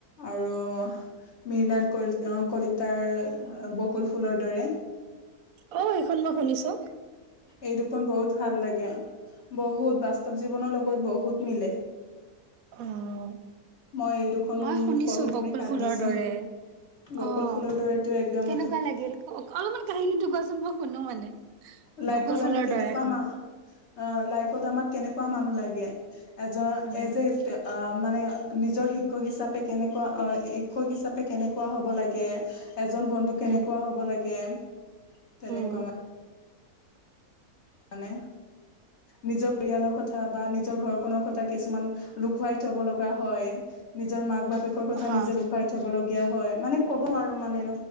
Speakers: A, on the left; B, on the right.
A: আৰু মিৰিণাল কলিতাৰ বকুল ফুলৰ দৰে।
B: অ', এইখন মই শুনিছোঁ।
A: এই দুখন বহুত ভাল লাগে, বহুত বাস্তৱ জীৱনৰ লগত বহুত মিলে।
B: অ',
A: মই এই দুখন
B: মই শুনিছোঁ
A: পঢ়ি
B: বকুল
A: পিনে কান্দিছো
B: ফু'লৰ দৰে। অ',
A: বকুল ফুলৰ দৰেতো একদম
B: কেনেকুৱা লাগিল? অলপমান কাহিনীটো কোৱাচোন, মই শুনো মানে।
A: লাইফত
B: বকুল ফুলৰ
A: আমি কেনেকুৱা
B: দৰে শুনক
A: মা অ', লাইফত আমাক কেনেকুৱা মানুহ লাগে, এজ,
B: উম
A: এজ এ মানে নিজৰ শিক্ষক হিচাবে কেনেকুৱা, এ শিক্ষক হিচাপে হ'ব কেনেকুৱা লাগে। এজন বন্ধু কেনেকুৱা
B: উম
A: হ'ব লাগে, তেনেকুৱা
B: উম
A: মানে। মানে, নিজৰ পৰিয়ালৰ কথা বা নিজৰ ঘৰখনৰ কথা কিছুমান লুকুৱাই থ'ব লগা হয়, নিজৰ মাক, বাপেকৰ কথা
B: অ
A: নিজে লুকাই থ'ব লগীয়া হয়, মানে ক'ব নোৱাৰোঁ মানে